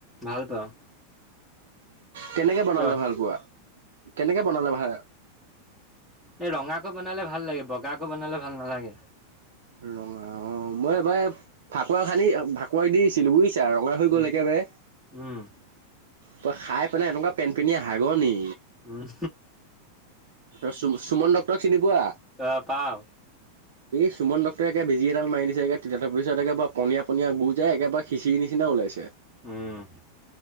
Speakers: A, in the centre; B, on the right.
A: ভাল পাওঁ।
B: কেনেকে বনালে
A: কিয়?
B: ভাল পোৱা কেনেকে বনালে ভাল?
A: এই ৰঙাকো বনালে ভাল লাগে বগাকো বনালে ভাল নালাগে।
B: ৰঙা অ', মই এইবাৰ ফাকুৱা খান্দি ভাকুৱা দিছিলো বুজিছ। ৰঙা হৈ
A: উম
B: গ'ল একেবাৰে
A: উম
B: তই খাই পেলাই এনেকুৱা পেন পেনিয়া হাগনি।
A: উম।
B: সুমন সুমন ডক্টৰ চিনি পোৱা?
A: অ', পাওঁ
B: সুমন ডক্টৰে একে বেজী এডাল মাৰি দিছে একে তাৰপিছত একেবাৰে পন পনীয়া গু যায় একেবাৰে খিচিৰি নিচনা ওলাইছে।
A: উম।